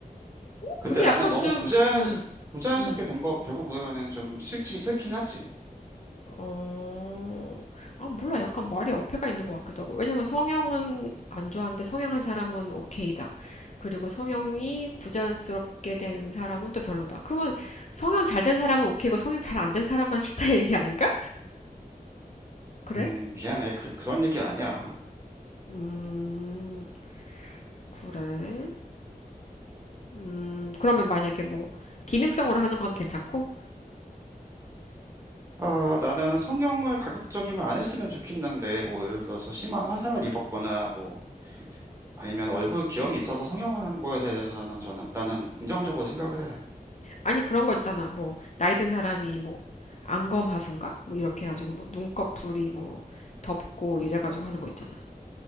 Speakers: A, on the right; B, on the left.
A: 근데
B: 그게
A: 나는
B: 약간
A: 너무
B: 좀,
A: 부자,
B: 음,
A: 부자연스럽게
B: 음.
A: 된 거, 되고 그러면은 좀 싫긴, 싫긴 하지.
B: 어, 아, 몰라. 약간 말이 어폐가 있는 것 같기도 하고. 왜냐면 성형은 안 좋아하는데 성형한 사람은 오케이다. 그리고 성형이 부자연스럽게 된 사람은 또 별로다. 그러면 성형 잘 된 사람은 오케이고 성형 잘 안 된 사람만 싫다 얘기 아닌가? 그래?
A: 에이, 미안해. 그, 그런 얘기 아니야.
B: 음, 그래. 음, 그러면 만약에 뭐, 기능성으로 하는 건 괜찮고?
A: 아, 나는 성형을 가급적이면 안 했으면 좋겠는데, 뭐, 예를 들어서 심한 화상을 입었거나, 뭐, 아니면 얼굴 기형이 있어서 성형을 하는 거에 대해서는 저는, 나는 긍정적으로 생각을 해.
B: 아니, 그런 거 있잖아. 뭐, 나이 든 사람이 뭐, 안검 하수인가? 뭐, 이렇게 해가지고, 뭐, 눈꺼풀이 뭐, 덥고 이래가지고 하는 거 있잖아.